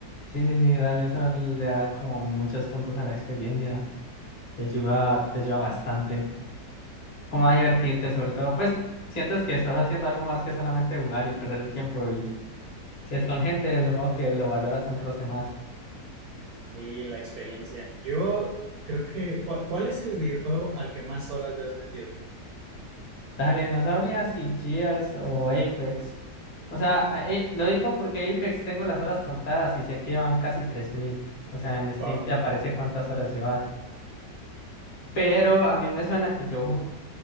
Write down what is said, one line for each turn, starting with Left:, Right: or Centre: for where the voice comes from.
Left: Sí, sí, sí, dale, eso le da como muchos puntos a la experiencia. Te ayuda, te ayuda bastante. Como a divertirte, sobre todo. Pues sientes que estás haciendo algo más que solamente jugar y perder el tiempo. Y si es con gente, supongo que lo valoras un roce más.
Right: Sí, la experiencia. Yo creo que, ¿cu- ¿cuál es el videojuego al que más horas le has metido?
Left: Dale, no sabría si Gears o Apex. O sea, a- eh, lo digo porque Apex tengo las horas contadas y sé que llevan casi tres mil O sea, en Steam
Right: Wow.
Left: te aparece cuántas horas llevas. Pero a mí me suena que yo ju-